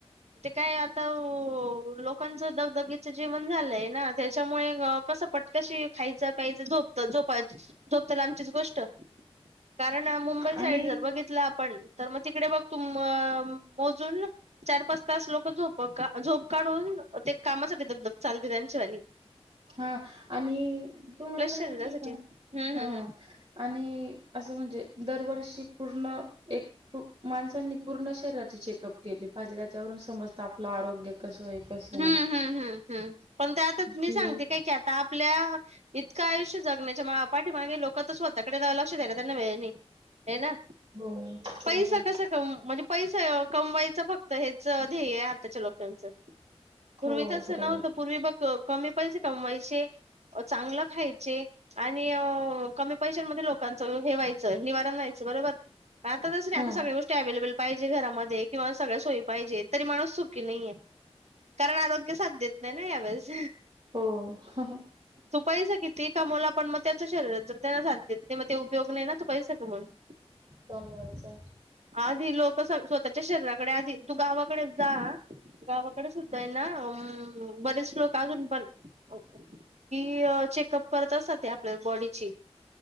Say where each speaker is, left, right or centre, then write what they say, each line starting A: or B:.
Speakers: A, on the right; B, on the right.
A: ते काय आता व लोकांचं दगदगीचं जीवन झालंय ना त्याच्यामुळे अ कसं पटकशी खायचं प्यायचं झोपत झोपाय झोपत लामचीच गोष्ट. कारण मुंबई साईड
B: आणि
A: जर बघितलं आपण तर मग तिकडे बघ तु म मोजून चार, पाच तास लोक झोपका झोप काढून ते कामासाठी दगधग चालते त्यांची. झाली.
B: हा आणि तुम्हाला माहिती
A: शरीरासाठी
B: आहे का?
A: हम्म हम्म
B: हा आणि आ असं म्हणजे. दरवर्षी पूर्ण एक हू माणसांनी पूर्ण शरीराचे चेकअप केले पाहिजे त्याच्यावरून समजत आपलं आरोग्य. कसं आहे, कसं
A: हम
B: नाही.
A: हम हम हम पण ते आता मी
B: ही
A: सांगते काय की, आता आपल्या इथं काय आयुष्य जगण्याच्या मागे पाठी मागे लोक आता स्वताकडे लक्ष द्यायला त्यांना वेळ नाही. हे ना.
B: हो, ते
A: पैसा
B: आहे.
A: कसा कम म्हणजे. पैसा हे कमवायचं फक्त हेच ध्येय आहे, आताच्या लोकांचं. पूर्वी
B: हो,
A: तच
B: बरोबर.
A: नव्हतं पूर्वी बघ क कमी पैसे कमवायचे चांगलं खायचे आणि अ कमी पैशांमध्ये लोकांचं हे व्हायचं निवारण व्हायचं बरोबर. आता तसं नाही
B: हं.
A: आता सगळ्या गोष्टी अवेलेबल पाहिजे घरामध्ये किंवा सगळ्या सोयी पाहिजे तरी माणूस सुखी नाहीय कारण आरोग्य सात देत नाही ना यावेेळेस.
B: होअ ह अ ह.
A: तु पैसा कितीही कमावला पण म त्याच शरीरात जर त्यांना साध देत नाही म ते उपयोग नाही ना पैसा कमावला
B: कमवायचं.
A: <inaudible> आधी लोक स्वतःच्या शरीराकडे आधी तू गावाकडे जा गावाकडे सुद्धा सुद्धा आहे ना बरेच लोक अजून पण की चेकअप करतात असतात ते आपल्या बॉडीची